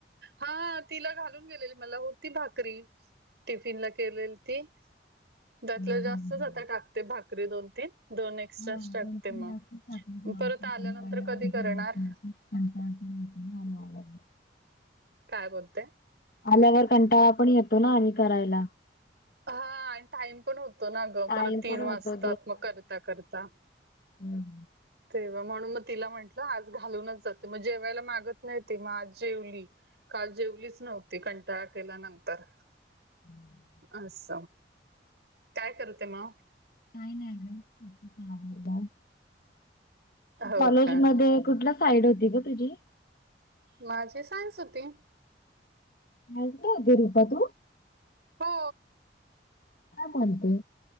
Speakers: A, on the right; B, on the left.
A: हा तिला घालून गेलेली मला होती भाकरी टिफिन ला केलेली ती त्यातलं
B: हम्म.
A: जास्तच आता टाकते भाकरी दोन तीन दोन एक्स्ट्रा
B: हा
A: टाकते
B: दोन तीन
A: मग
B: तासच टाकून ठेवायचं
A: परत आल्यानंतर
B: पाणी आल्यावर
A: कधी करणार
B: जमत नाही कंटाळा पण येतो ना आल्यावर
A: काय बोलते
B: आल्यावर कंटाळा पण येतो ना आणि करायला
A: हा आणि टाइम पण होतो ना अगं
B: टाइम
A: परत तीन
B: पण होतो
A: वाजतात मग करता करता
B: हम्
A: तेव्हा म्हणून मग तिला म्हंटलं आज घालूनच जाते मग जेवायला मागत नाही ते मग आज जेवली काल जेवलीच नव्हती कंटाळा केल्यानंतर
B: हम्
A: अस काय करते मग
B: का नाही
A: हो
B: कॉलेज
A: का
B: मध्ये कुठला साईड होती ग तुझी
A: माझी सायन्स होती
B: आयटीआयला हुता तू
A: हा
B: का बणते